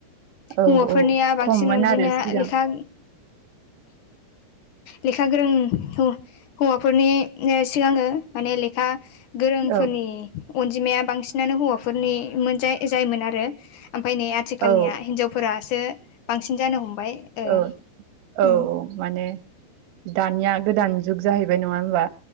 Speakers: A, on the right; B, on the left.
A: औ
B: हौवाफोरनिया
A: औ
B: बांसिन
A: खममोन
B: अनजिमाया
A: आरो सिगां
B: लेखा लेखा गोरों हो-हौवाफोरनि सिगाङो माने लेखा गोरोंफोरनि
A: औ
B: अनजिमाया बांसिनानो हौवाफोरनि मोन जा-जायोमोन आरो। ओमफ्राय नै आथिखालनिया
A: औ
B: हिनजाव फोरासो बांसिन जानो हमबाय। ओ
A: औ औ
B: उम
A: औ माने दानिया गोदान जुग जाहैबाय नङा होमबा।